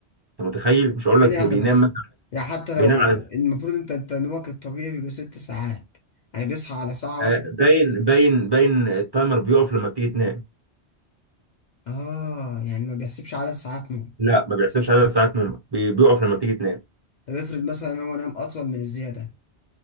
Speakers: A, on the right; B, on the left.
A: انت متخيل مش هقول لك
B: واحدة
A: بينام
B: بس
A: مثلا
B: يعني حتى لو
A: بينام على
B: المفروض أنت أنت نومك الطبيعي بيبقى ست ساعات يعني بيصحى على ساعة
A: آه،
B: واحدة
A: باين باين باين التايمر بيقف لما بتيجي تنام
B: اه يعني ما بيحسبش عدد ساعات نوم
A: لا ما بيحسبش عدد ساعات نومك بي- بيقف لما بتيجي تنام
B: طب افرض مثلا هو نام اطول من الزياده